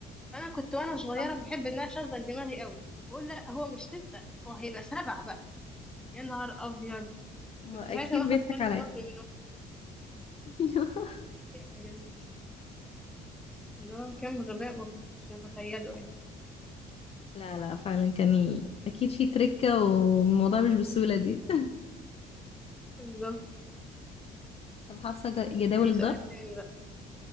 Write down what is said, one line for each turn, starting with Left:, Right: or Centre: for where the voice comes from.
Centre: فانا كنت
Left: أكيد
Centre: وانا صغيره
Left: صح
Centre: بحب ان انا اشغل دماغي قوي بقول لا هو مش سته هو هيبقى سبعه بقى يا نهار ابيض
Left: هو
Centre: كنت
Left: أكيد
Centre: ساعتها باخد
Left: بيضحك
Centre: كم
Left: عليا
Centre: ضرب من
Left: <laughs>
Centre: والدتي ده كان غباء ما كنتش أتخيله يعني
Left: لا لا فعلا كان ال- أكيد في تركة والموضوع مش بالسهولة دي <laughs>
Centre: بالظبط
Left: طب حافظة ج- جداول
Centre: تاني
Left: الضرب
Centre: سؤال تاني بقى